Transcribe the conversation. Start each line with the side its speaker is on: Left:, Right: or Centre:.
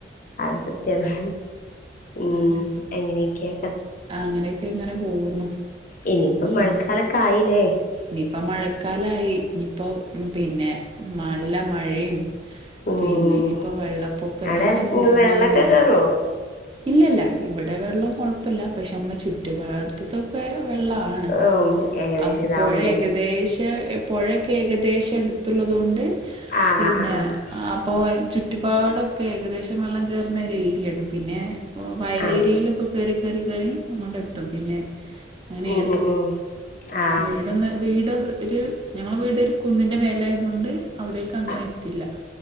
Left: അത് സത്യാണ് ഉംഎങ്ങനെയൊക്കെയ
Right: അതന്നെ അങ്ങനെയൊക്കെ അങ്ങനെ പോകുന്നു
Left: ഇനിയിപ്പം മഴക്കാലൊക്കെ
Right: ഉം
Left: ആയില്ലേ
Right: ഇനിയിപ്പ മഴക്കാലായി ഇഞ്ഞ് ഇപ്പൊ പിന്നെ നല്ല മഴയും
Left: ഉം
Right: പിന്നെപ്പൊ വെള്ളപ്പൊക്കത്തിന്റെ
Left: അവിടെ
Right: സീസണായി
Left: വെള്ളൊക്കെ
Right: വരും
Left: കേറുവോ
Right: ഇല്ലല്ല ഇവിടെ വെള്ളം കൊഴ പ്പല്ല പക്ഷെ നമ്മളെ ചുറ്റുപാത്തത്തൊക്കെ വെള്ളാണ്
Left: ഉം ഏകദേശം
Right: അപ്പപ്പോഴേ
Left: ഇതാവുംല്ലേ
Right: ഏകദേശ എ പൊഴക്ക് ഏകദേശം അടുത്തുള്ളത് കൊണ്ട്
Left: ആ
Right: പിന്നെ
Left: ആ ആ ആ
Right: അപ്പൊ ചുറ്റി പാടൊക്കെ ഏകദേശം വെള്ളം കയറുന്ന ഒരു ഏരിയാണ് പിന്നെ ഓഹ് വയലേരികളിലൊക്കെ
Left: ആണോ
Right: കേറി കേറി കേറി ങ്ങോട്ടത്തും പിന്നെ അങ്ങനെയാണ്
Left: ഉം ഉം ഉം ആ
Right: വീടന്ന് വീട് ഒരു ഞങ്ങളെ വീട് ഒരു കുന്നിന്റെ മേലെ അതുകൊണ്ട് അവിടേക്ക് അങ്ങനെ
Left: ആ
Right: എത്തില്ല